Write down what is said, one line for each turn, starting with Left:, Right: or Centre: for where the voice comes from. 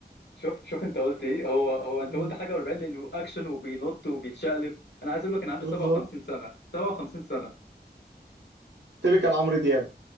Left: شوف شوف أنت قلت إيه هو هو أنت
Right: مم.
Left: قلت حاجة 40 لأنه أكشن وبينط وبيتشقلب أنا عايز أقول لك إن عنده
Right: بالظبط
Left: 57 سنة 57 سنة
Right: تيبيكال عمرو دياب